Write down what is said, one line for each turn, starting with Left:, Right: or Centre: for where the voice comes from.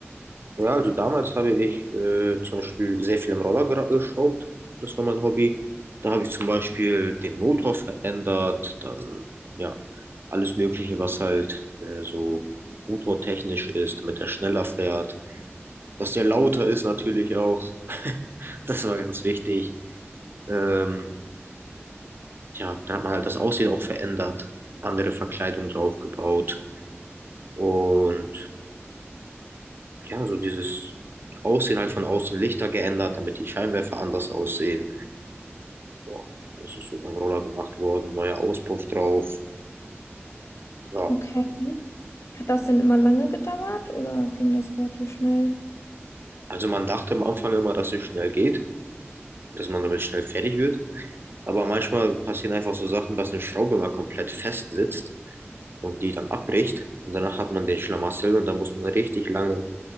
Right: Ja, also damals habe ich äh, zum Beispiel sehr viel am Roller gera- geschraubt. Das war mein Hobby. Da habe ich zum Beispiel den Motor verändert, dann ja, alles Mögliche, was halt äh, so motortechnisch ist, damit er schneller fährt. Dass der lauter ist natürlich auch. <laughs> Das war ganz wichtig. Ähm, ja, da hat man halt das Aussehen auch verändert, andere Verkleidung draufgebaut und ja, so dieses Aussehen halt von außen Lichter geändert, damit die Scheinwerfer anders aussehen. Ja, das ist so beim Roller gemacht worden, neuer Auspuff drauf. Ja,
Left: Okay. Hat das denn immer lange gedauert oder ging das relativ schnell?
Right: also man dachte am Anfang immer, dass es schnell geht, dass man damit schnell fertig wird. Aber manchmal passieren einfach so Sachen, dass eine Schraube mal komplett fest sitzt und die dann abbricht. Und danach hat man den Schlamassel und dann muss man richtig lange